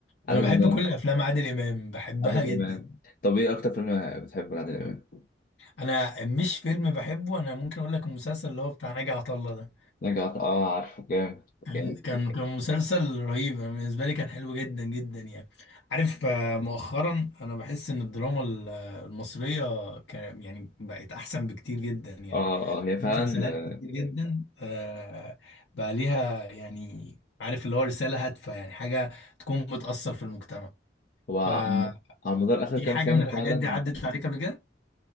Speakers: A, on the left (about 50°); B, on the left (about 80°).
A: عادل
B: انا بحب
A: امام
B: كل افلام عادل امام بحبها
A: عادل
B: جدا
A: امام طب ايه اكتر فيلم بتحبه لعادل امام؟
B: انا مش فيلم بحبه انا ممكن اقول لك المسلسل اللي هو بتاع ناجي عطا الله ده
A: رجعت اه عارفه جامد
B: كان
A: جامد
B: كان كان مسلسل رهيب أنا بالنسبه لي كان حلو جدا جدا يعني عارف آه، مؤخرا انا بحس ان الدراما ال- آه، المصريه كان يعني بقت احسن بكتير جدا يعني
A: اه اه هي
B: مسلسلات
A: فعلا آه،
B: كتير جدا آه، بقى ليها يعني عارف اللي هو رساله هادفه يعني حاجه تكون بتاثر في المجتمع
A: هو عن-
B: ففي
A: على مدار اخر كام
B: حاجه
A: سنه
B: من الحاجات
A: فعلا
B: دي عدت عليك قبل كده